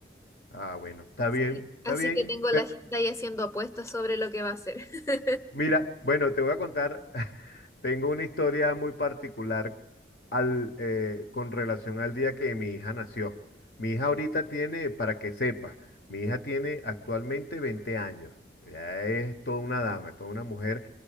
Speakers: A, on the left; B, on the left.
A: Ah, bueno, está
B: Sí.
A: bien, está
B: Así
A: bien.
B: que tengo a la gente ahí haciendo apuestas sobre lo que va a hacer. <laughs>
A: Mira, bueno, te voy a contar, <laughs> tengo una historia muy particular al, eh, con relación al día que mi hija nació. Mi hija ahorita tiene, para que sepa, mi hija tiene actualmente 20 años. Ya es toda una dama, es toda una mujer.